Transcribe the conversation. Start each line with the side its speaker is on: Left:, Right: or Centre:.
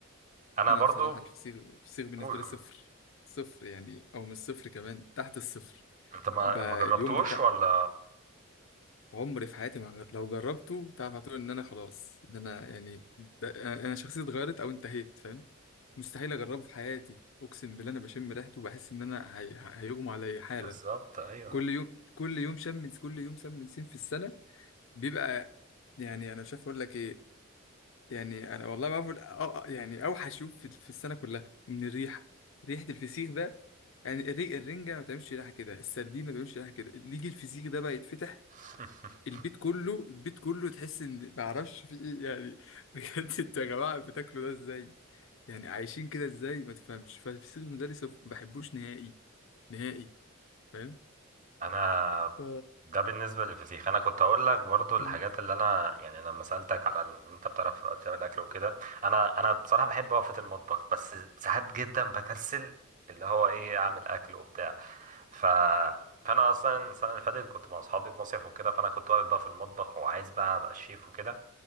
Right: أنا
Left: انا
Right: برضو
Left: بصراحه الفسيخ الفسيخ بالنسبه
Right: قول قول
Left: لي صفر صفر يعني او مش صفر كمان تحت الصفر
Right: أنت ما
Left: بقى
Right: ما جربتوش
Left: اليوم بتاع
Right: ولا
Left: عمري في حياتي ما جر... لو جربته تعرف هتقول ان انا خلاص ده انا يعني ده انا شخصيتي اتغيرت او انتهيت فاهم مستحيل اجربه في حياتي اقسم بالله انا بشم ريحته وبحس ان انا هي... هيغمى عليا حالا
Right: بالظبط أيوه
Left: كل يوم كل يوم شم كل يوم شم نسيم في السنه بيبقى يعني انا مش عارف اقول لك ايه يعني انا والله ما اعرف أ- أ- يعني اوحش يوم في في السنه كلها من الريحه ريحه الفسيخ ده يعني الري الرنجه ما بتعملش ريحه كده السردين ما بيعملش ريحه كده اللي يجي الفسيخ ده بقى يتفتح
Right: <laughs>
Left: البيت كله البيت كله تحس ان ما اعرفش في ايه يعني <laughs> بجد انتوا يا جماعه بتاكلوا ده ازاي يعني عايشين كده ازاي ما تفهمش فالفسيخ بالنسبه لي صفر ما بحبوش نهائي نهائي فاهم
Right: انا
Left: ف...
Right: ده بالنسبه للفسيخ انا كنت اقول لك برضو الحاجات
Left: م-
Right: اللي انا يعني لما سالتك على ان انت بتعرف تعمل اكل وكده انا انا بصراحه بحب وقفه المطبخ بس ساعات جدا بكسل اللي هو ايه اعمل اكل وبتاع ف فانا اصلا السنه اللي فاتت كنت مع اصحابي في مصيف وكده فانا كنت واقف بقى في المطبخ وعايز بقى ابقى الشيف وكده